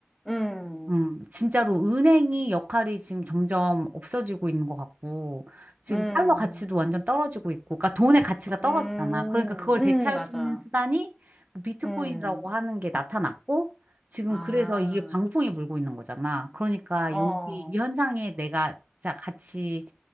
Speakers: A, in the centre; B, on the right.
A: 음,
B: 음, 진짜로 은행이 역할이 지금 점점 없어지고 있는 것 같고, 지금
A: 음,
B: 달러 가치도 완전 떨어지고 있고, 그러니까 돈의 가치가 떨어지잖아.
A: 음,
B: 그러니까 그걸 대체할
A: 음, 맞아.
B: 수 있는 수단이 뭐 비트코인이라고
A: 음,
B: 하는 게 나타났고, 지금
A: 아,
B: 그래서 이게 광풍이 불고 있는 거잖아. 그러니까
A: 어,
B: 여기 이 현상에 내가 자, 같이